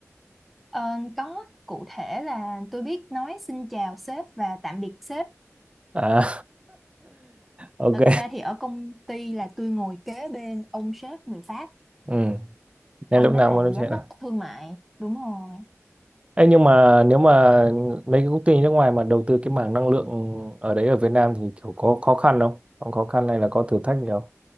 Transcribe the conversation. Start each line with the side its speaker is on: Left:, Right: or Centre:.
Centre: Ờ, có cụ thể là tôi biết nói xin chào sếp và tạm biệt sếp.
Right: À. <laughs> Ok.
Centre: Thật ra thì ở công ty là tôi ngồi kế bên ông sếp người Pháp,
Right: Ừ. Nên
Centre: ông
Right: lúc
Centre: đó
Right: nào
Centre: là
Right: mà nó sẽ
Centre: giám
Right: là.
Centre: đốc thương mại. Đúng rồi.
Right: Ê, nhưng mà nếu mà mấy cái công ty nước ngoài mà đầu tư cái mảng năng lượng ở đấy ở Việt Nam thì kiểu có khó khăn không? Có khó khăn hay là có thử thách gì không?